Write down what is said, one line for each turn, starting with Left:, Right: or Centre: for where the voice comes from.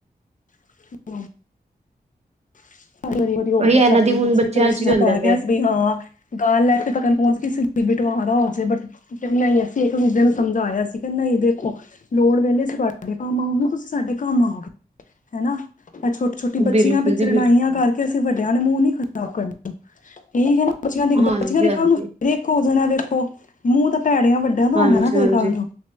Left: <unintelligible> ਸਡੂੰ ਵਾਰੀ ਵਾਰੀ ਹੋ
Right: ਉਹੀ
Left: ਗਿਆ
Right: ਇਹਨਾਂ
Left: ਸਾਡੇ
Right: ਦੀ
Left: ਵੀ
Right: ਹੁਣ
Left: ਪਿੱਛੇ
Right: ਬੱਚਿਆਂ
Left: ਇਕ ਲਿਸ਼
Right: ਚ
Left: ਜਿਆ
Right: ਵੀ ਹੁੰਦਾ
Left: ਪੈ
Right: ਤੇ
Left: ਗਿਆ ਸੀ। ਵੀ ਹਾਂ ਗਾਲ ਲੈ ਕੇ ਤਕਣ ਪਹੁੰਚ ਕੇ ਬਿਟਵਾਰ ਹੋਜੇ ਬਟ ਨਹੀਂ, ਅਸੀਂ ਇੱਕ ਦੂਜੇ ਨੂੰ ਸਮਝਾਇਆ ਸੀ ਕਿ ਨਹੀਂ ਦੇਖੋ ਲੋੜ ਵੇਲੇਸੀਂ ਤੁਹਾਡੇ ਕੰਮ ਆਉਗੇ ਤੁਸੀਂ ਸਾਡੇ ਕੰਮ ਆਓਗੇ ਹਨਾ ਮ ਛੋਟੇ। ਛੋਟੀ ਬੱਚੀਆਂ
Right: ਬਿਲਕੁਲ
Left: ਪਿੱਛ
Right: ਜੀ
Left: ਲੜਾਈਆਂ
Right: ਬਿਲਕੁਲ
Left: ਕਰਕੇ ਅਸੀਂ ਵੱਡਿਆਂ ਨੇ ਮੂੰਹ ਨੀ ਖਰਾਬ ਕਰਨ ਠੀਕ ਹੈ ਨਾ। ਬੱਚੀਆਂ ਦੀ ਬੱਚੀਆਂ
Right: ਹਾਂਜੀ
Left: ਦੇ
Right: ਹਾਂਜੀ
Left: ਕਲ ਨੂੰ ਫਿਰ ਇੱਕ ਹੋ ਜਾਣਾ ਵੇਖੋ ਮੂੰਹ ਤਾਂ ਭੈੜਿਆਂ ਵੱਡਾ ਨਾ
Right: ਹਾਂਜੀ
Left: ਹੋਣਾ ਨਾ ਫੇਰ
Right: ਹਾਂਜੀ
Left: ਕੱਲ ਨੂੰ।